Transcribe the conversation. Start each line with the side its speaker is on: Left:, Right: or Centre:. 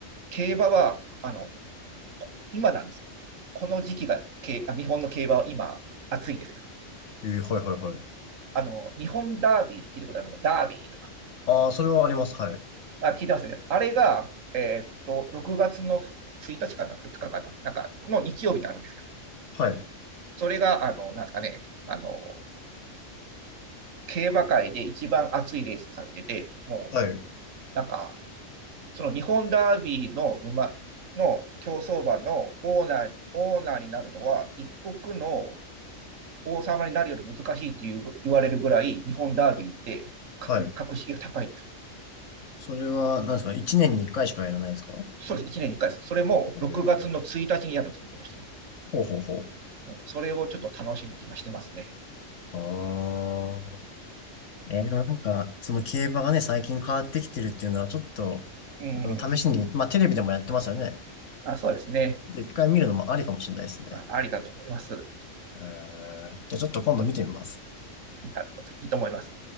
Right: 競馬はあの今なんです。この時期がけあ日本の競馬は今、暑いんですよ。
Left: えー、はいはいはい。
Right: あの日本ダービーで聞いたことありますかダービーとか。
Left: ああ、それはあります。はい。
Right: あ聞いてますね。あれが、えー、っと6月の1日かな、2日かかな、なんかの日曜日にあるんですよ。
Left: はい。
Right: それが、あのなんですかね、あの競馬界で一番熱いレースをされてて、もう
Left: はい。
Right: なんかその日本ダービーの馬の競走馬のオーナー、オーナーになるのは、一国の王様になるより難しいっていう言われるぐらい、日本ダービーって格格式が高いんですよ。
Left: はい。それは、なんですか一年に一回しかやらないんですか
Right: そうです、1年に1回です。それも6月の1日にやるんですよ、
Left: えー、
Right: 今年の。
Left: ほうほうほう。
Right: それをちょっと楽しみに今してますね。
Left: あーえーでもなんか、その競馬がね、最近変わってきてるっていうのは、ちょっと、
Right: うん。
Left: あの、試しに、まあ、テレビでもやってますよね。
Right: あ、そうですね。
Left: ちょっと一回見るのもありかもしれないですね。
Right: まあありだと思います。
Left: えーじゃあ、ちょっと今度見てみます。
Right: なるほど。いいと思います。